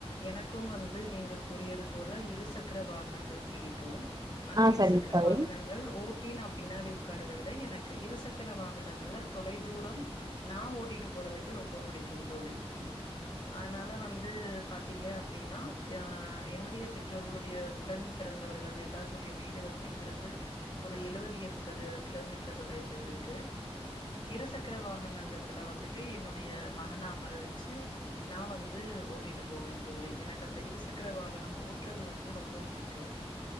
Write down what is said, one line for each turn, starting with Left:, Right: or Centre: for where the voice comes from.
Left: எனக்கும் வந்து நீங்கள் கூறியது போல இருசக் க்ர வாகனங்கள் பிடிக்கு ஆனா
Right: ஆ
Left: இருசக்ர
Right: சரிங்க தோழி
Left: வாகனங் கள் ஓட்டி நா பின்னாடி உக்காரத விட எனக்கு இருசக்கர வாகனங்கள்ல தொலை தூரம் நா ஓட்டிட்டு போறதுக்கு ரொம்ப புடிக்கும் தோழி அனால வந்து பாத்தீங்க அப்டின்னா அ என்னுடைய பெற்றோர்களுடைய உடன் பிறந்தவர்கள் எல்லாத்துடைய வீடு வந்து இங்ருந்து ஒரு எழுவது எம்பது கிலோமீட்ரு தொலைவுல இருக்கு இருசக்கர வாகனங்கத்துல வந்துட்டு என்னுடைய மகன அமர வச்சு நா வந்து ஓட்டிட்டு போவே தோழி எனக்கு அந்த இருசக்ர வாகனம் ஓட்றது வந்து ரொம்ப புடிக்கு